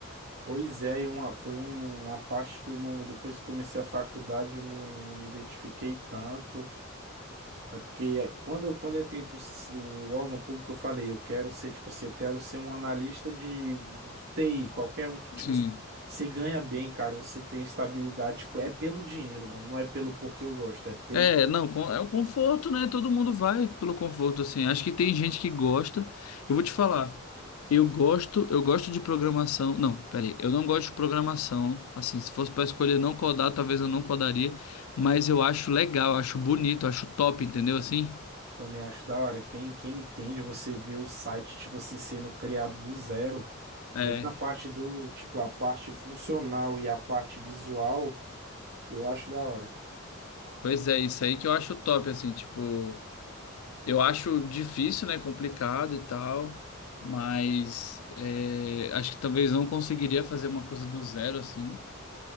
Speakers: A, on the right; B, on the left.
A: Pois é, e uma, foi um- uma parte que eu não, depois que comecei a faculdade, eu não, não me identifiquei tanto. É porque quando eu, quando eu entrei pro s- o órgão público, eu falei, eu quero ser, tipo assim, eu quero ser um analista de, de TI, qualquer um que, tipo
B: Sim.
A: assim, você ganha bem, cara, você tem estabilidade, tipo, é pelo dinheiro, mano, não é pelo porque eu gosto, é pelo
B: É, não, com- é o conforto, né? Todo mundo vai pelo conforto, assim. Acho que tem gente que gosta. Eu vou te falar, eu gosto, eu gosto de programação. Não, peraí, eu não gosto de programação. Assim, se fosse pra escolher não codar, talvez eu não codaria, mas eu acho legal, eu acho bonito, eu acho top, entendeu? Assim,
A: Também acho da hora. Quem, quem entende, você vê o site, tipo assim, sendo criado do zero,
B: é,
A: desde a parte do, tipo, a parte funcional e a parte visual, eu acho da hora.
B: pois é, isso aí que eu acho top, assim, tipo. Eu acho difícil, né? Complicado e tal, mas é, acho que talvez não conseguiria fazer uma coisa do zero assim,